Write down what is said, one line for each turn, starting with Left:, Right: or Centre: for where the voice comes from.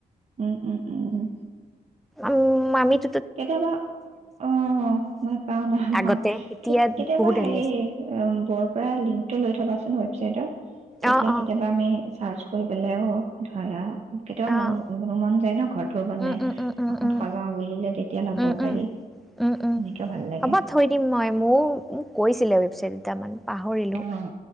Right: উম উম উম
Centre: উম্মামিক
Right: কেতিয়াবা অ নাপাও নাপাও
Centre: আগতে এতিয়া
Right: কেতিয়াবা
Centre: বহুত
Right: হেৰি
Centre: ভাল লাগিছে।
Right: বৰ পৰা লিংকটো লৈ থবা ৱেবছাইটৰ তেতিয়া
Centre: অ', অ',
Right: কেতিয়াবা আমি চাৰ্চ কৰি পেলাইও অ ধৰা কেতিয়াবা
Centre: অ',
Right: মন হ'ম মন যায় ন ঘৰত টো মানে
Centre: উম, উম, উম, উম,
Right: অকন
Centre: উম,
Right: সজাওঁ বুলিলে। তেতিয়া ল'ব
Centre: উম
Right: পাৰি,
Centre: উম উম উম
Right: তেনেকেও ভাল লাগে।
Centre: হ'ব থৈ দিম মই মোৰ মোক কৈছিলে। <unintelligible> <unintelligible> পাহৰিলো
Right: অ',